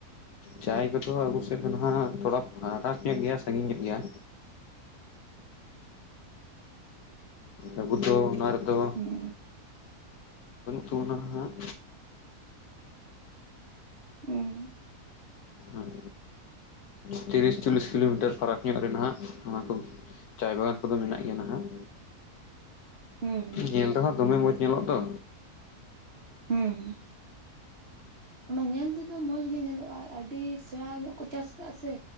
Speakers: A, on the left; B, on the right.
A: ᱪᱟᱭ ᱠᱚᱫᱚ ᱟᱵᱚ ᱥᱮᱫ ᱫᱚ ᱱᱟᱸᱜ ᱛᱷᱚᱲᱟ ᱯᱷᱟᱨᱟᱠ ᱧᱚᱜ ᱜᱮᱭᱟ ᱥᱟᱹᱜᱤᱧ ᱧᱚᱜ ᱜᱮᱭᱟ᱾ ᱟᱵᱩ ᱫᱚ ᱚᱱᱟ ᱨᱮᱫᱚ᱾
B: ᱦᱩᱸ
A: ᱛᱚ ᱱᱟᱦᱟᱜ᱾
B: ᱦᱩᱸ
A: ᱟᱭ <inaudible> ᱛᱤᱨᱤᱥ ᱪᱚᱞᱤᱥ ᱠᱤᱞᱳᱢᱤᱴᱟᱨ ᱯᱷᱟᱨᱟᱠ ᱧᱚᱜ ᱨᱮᱱ ᱦᱟᱸᱜ ᱚᱱᱟ ᱠᱚ᱾ ᱪᱟᱭ ᱵᱟᱜᱟᱱ ᱠᱚᱫᱚ ᱢᱮᱱᱟᱜ ᱜᱮᱭᱟ ᱱᱟᱦᱟᱜ᱾
B: ᱦᱩᱸ
A: ᱧᱮᱞ ᱫᱚᱦᱟ ᱫᱚᱢᱮ ᱢᱚᱡ ᱧᱮᱞᱚᱜᱼᱟ ᱛᱚ
B: ᱦᱮᱸ ᱦᱮᱸ᱾ ᱚᱱᱟ ᱧᱮᱞ ᱛᱮᱫᱚ ᱢᱚᱸᱡᱽ ᱜᱮ ᱧᱮᱞᱚᱜᱼᱟ ᱟᱹᱰᱤ ᱥᱮᱬᱟ ᱧᱚᱜ ᱠᱚ ᱪᱟᱥ ᱠᱟ ᱥᱮ